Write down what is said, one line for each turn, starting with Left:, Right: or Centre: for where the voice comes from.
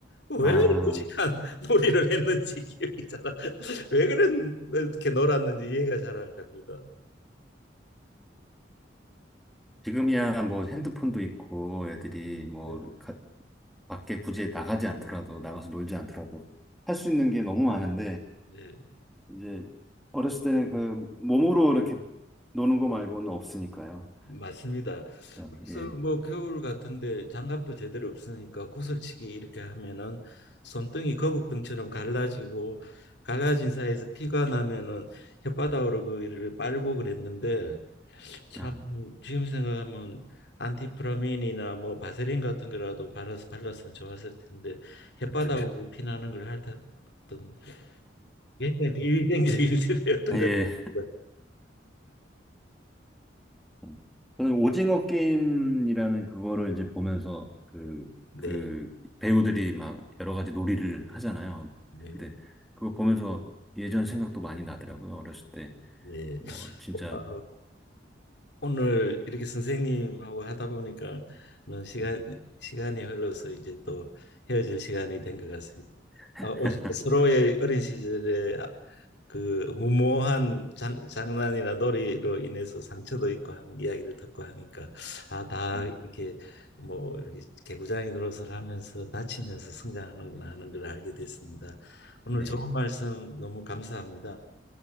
Left: 왜
Centre: 아.
Left: 이렇게 무식한 <laughs> 놀이를 했는지 기억이 잘 안- 왜 그렇게 놀았는지 이해가 잘 안 갑니다.
Centre: 지금이야 뭐 핸드폰도 있고 애들이 뭐
Left: 예,
Centre: 가- 밖에 굳이 나가지 않더라도 나가서 놀지 않더라도 할 수 있는 게 너무 많은데
Left: 예,
Centre: 이제 어렸을 때는 그 몸으로 이렇게 노는 거 말고는 없으니까요.
Left: 맞습니다.
Centre: 참,
Left: 그래서
Centre: 예.
Left: 뭐 겨울 같은데 장갑도 제대로 없으니까 구슬치기 이렇게 하면은 손등이 거북등처럼 갈라지고 갈라진 사이에서 피가 나면은 혓바닥으로 그를 빨고 그랬는데 참
Centre: 아,
Left: 지금 생각하면 안티프라민이나 뭐 바세린 같은 거라도 발라서 발랐으면 좋았을 텐데 혓바닥으로
Centre: 그렇죠.
Left: 피나는 걸 핥았던 굉장히 비위생적인 <laughs> 시대였던
Centre: 예.
Left: 것
Centre: 예.
Left: 같습니다.
Centre: 음. 저는 오징어 게임이라는 그거를 이제 보면서 그,
Left: 네,
Centre: 그 배우들이 막 여러 가지 놀이를 하잖아요.
Left: 네,
Centre: 근데 그거 보면서 예전 생각도 많이 나더라고요. 어렸을 때.
Left: 예.
Centre: 뭐 진짜
Left: 아, 오늘 이렇게 선생님하고 하다 보니까는 시간
Centre: 네.
Left: 시간이 흘러서 이제 또 헤어질 시간이 된 것 같습니다.
Centre: <laughs>
Left: 아, 오- 서로의 어린 시절에 그 무모한 장, 장난이나 놀이로 인해서 상처도 있고 하는 이야기를 듣고 하니까 아, 다
Centre: 네. 네.
Left: 이렇게 뭐 이렇게 개구장이 노릇을 하면서 다치면서 성장하는구나 하는 걸 알게 됐습니다. 오늘
Centre: 네.
Left: 좋은 말씀 너무 감사합니다.